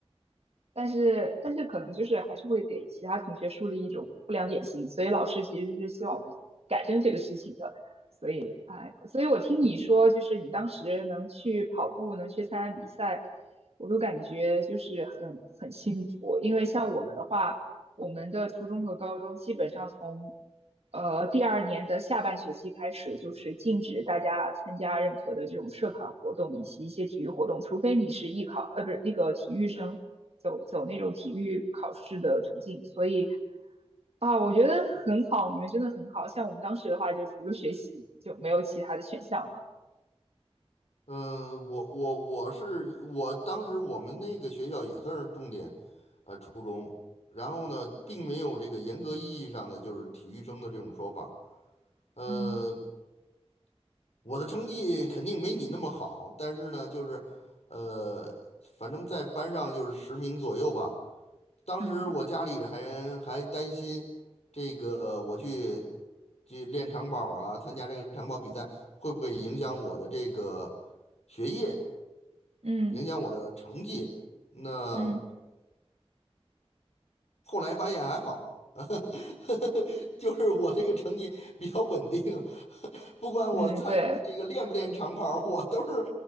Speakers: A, on the right; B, on the left.
A: 但是但是可能就是还是会给其他同学树立一种不良典型，所以老师其实是希望我们改正这个事情的。所以哎，所以我听你说，就是你当时能去跑步，能去参加比赛，我都感觉就是很很幸福，因为像我们的话。我们的初中和高中基本上从呃第二年的下半学期开始，就是禁止大家参加任何的这种社团活动以及一些体育活动，除非你是艺考，呃，不是那个体育生，走走那种体育考试的途径。所以啊，我觉得很好，你们真的很好。像我们当时的话，就除了学习就没有其他的选项了。
B: 嗯，我我我是我当时我们那个学校也算是重点，呃，初中。然后呢，并没有这个严格意义上的就是体育生的这种说法。呃，
A: 嗯
B: 我的成绩肯定没你那么好，但是呢，就是呃，反正在班上就是十名左右吧。当时我家里还还担心这个呃我去
A: 嗯
B: 去练长跑啊，参加这个长跑比赛会不会影响我的这个学业？
A: 嗯
B: 影响我的成绩。那
A: 嗯
B: 后来发现还好，<laughs> 就是我这个成绩比较稳定，<laughs> 不管我参这个练不练长跑儿我都是
A: 嗯，对，